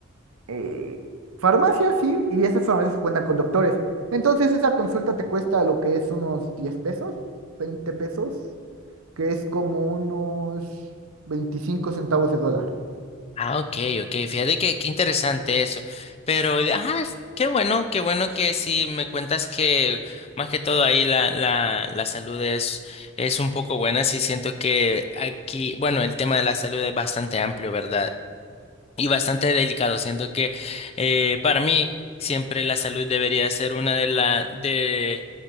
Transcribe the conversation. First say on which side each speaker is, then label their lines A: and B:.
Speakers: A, on the right (about 80°); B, on the left (about 30°).
A: eh, farmacias, sí, y esas farmacias cuentan con doctores. Entonces esa consulta te cuesta lo que es unos 10 pesos, 20 pesos, que es como unos 25 centavos de dólar.
B: Ah, ok, ok. Fíjate que qué interesante eso. Pero, ajá, es- qué bueno, qué bueno que sí me cuentas que más que todo ahí la, la, la salud es, es un poco buena. Sí siento que aquí, bueno, el tema de la salud es bastante amplio, ¿verdad? y bastante delicado. Siento que eh, para mí siempre la salud debería ser una de la de